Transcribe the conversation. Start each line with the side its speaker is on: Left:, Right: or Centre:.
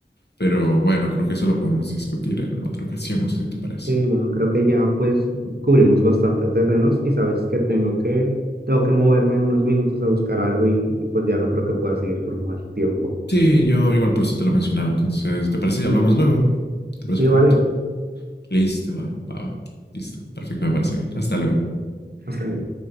Left: Pero bueno, creo que eso lo podemos discutir en otra ocasión, no sé si te parece.
Right: Y bueno, creo que ya pues cubrimos bastante terrenos y sabes que tengo que, tengo que moverme unos minutos a buscar algo y, y pues ya no creo que pueda seguir por más tiempo.
Left: Sí, yo igual por eso te lo mencionaba, entonces, ¿te parece si hablamos luego? ¿Te parece
Right: Sí,
Left: correcto?
Right: vale.
Left: Listo, va, va, va. Listo, perfecto, me parece bien. Hasta luego.
Right: Hasta luego.